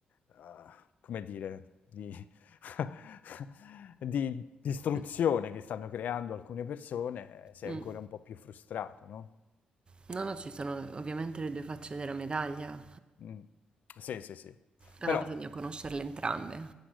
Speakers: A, on the left; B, on the right.
A: eh, come dire, di, <laughs> di distruzione
B: mm,
A: che stanno creando alcune persone, sei
B: mm.
A: ancora un po' più frustrato, no?
B: No, no, ci sono ovviamente le due facce della medaglia.
A: Mm. Sì, sì, sì.
B: Allora
A: Però,
B: bisogna conoscerle entrambe.